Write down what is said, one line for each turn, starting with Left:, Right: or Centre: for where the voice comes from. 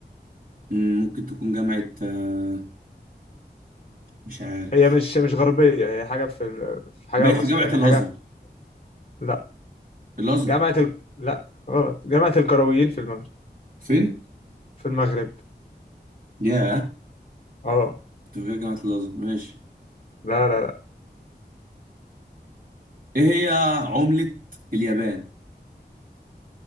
Right: مم، ممكن تكون جامعة آه، مش عارف
Left: هي مش مش غربية هي حاجة في ال... في حاجة
Right: ماشي
Left: مصر
Right: جامعة
Left: يعني
Right: الأزهر
Left: حاجة لا
Right: الأزهر
Left: جامعة ال... لا غلط جامعة القرويين في المغرب
Right: فين؟
Left: في المغرب
Right: ياه
Left: اه
Right: كنت فاكر جامعة الأزهر ماشي
Left: لا لا لا
Right: ايه هي عملة اليابان